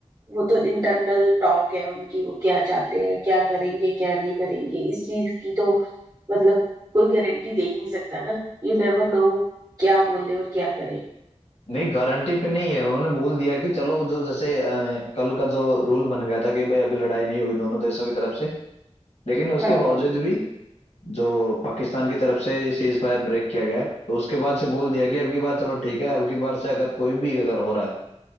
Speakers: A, on the right (about 30°); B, on the left (about 65°).
A: वो तो इंटरनल टॉक है उनकी वो क्या चाहते हैं क्या करेंगे क्या नहीं करेंगे इस चीज की तो मतलब कोई गारंटी दे ही नहीं सकता ना यू नेवर नो क्या बोले और क्या करे
B: नहीं गारंटी पे नहीं है उन्होंने बोल दिया कि चलो वो जो जैसे अ, कल का जो रूल बन गया था कि भाई अभी लड़ाई नहीं होगी दोनों देशों की तरफ से लेकिन उसके
A: हाँ
B: बावजूद भी जो पाकिस्तान की तरफ से सीज फायर ब्रेक किया गया है तो उसके बाद से बोल दिया कि अब की बार चलो ठीक है अब की बार से अगर कोई भी अगर हो रहा है